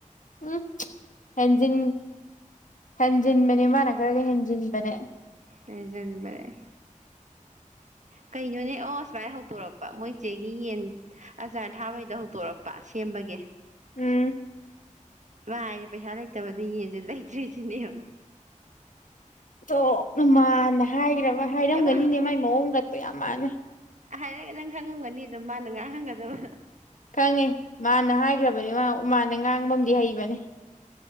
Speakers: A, on the left (about 70°); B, on the right (about 60°).
A: ꯎꯝ ꯍꯦꯟꯖꯤꯟ ꯍꯦꯟꯖꯤꯟꯕꯅꯦ ꯃꯥꯅ ꯈꯔꯒ ꯍꯦꯟꯖꯤꯟꯕꯅꯦ
B: ꯂꯩꯖꯟꯕꯅꯦ ꯀꯩꯅꯣꯅꯦ ꯑꯣ ꯁꯁꯃꯥꯏ ꯍꯧꯗꯣꯔꯛꯄ ꯃꯣꯏ ꯏꯆꯦꯒꯤ ꯌꯦꯟ ꯑꯆꯥꯔ ꯊꯥꯕꯩꯗ ꯍꯧꯗꯣꯔꯛꯄ ꯁꯦꯝꯕꯒꯤꯦ
A: ꯎꯝ
B: ꯀꯥꯏ ꯄꯩꯁꯥ ꯂꯩꯇꯕꯗ ꯌꯦꯟꯁꯦ ꯂꯩꯇ꯭ꯔꯤ ꯁꯤꯅꯦꯕ
A: ꯇꯣ ꯅꯃ ꯍꯥꯟꯅ ꯍꯥꯏꯈ꯭ꯔꯕ ꯍꯥꯏꯔꯝꯒꯅꯤꯅꯦ
B: ꯏꯃꯥ
A: ꯃꯥꯏ ꯃꯑꯣꯡꯗꯛꯇ ꯌꯥꯝ ꯃꯥꯟꯅ
B: ꯍꯥꯏꯔꯒ ꯅꯪ ꯈꯪꯉꯝꯒꯅꯤꯗ ꯃꯥꯅ ꯉꯍꯥꯛ ꯍꯪꯒꯗꯕ
A: ꯈꯪꯉꯦ ꯃꯥꯅ ꯍꯥꯏꯈ꯭ꯔꯕꯅꯤ ꯃꯥ ꯎꯃꯥꯅ ꯉꯥꯡꯕꯗꯤ ꯍꯩꯕꯅꯤ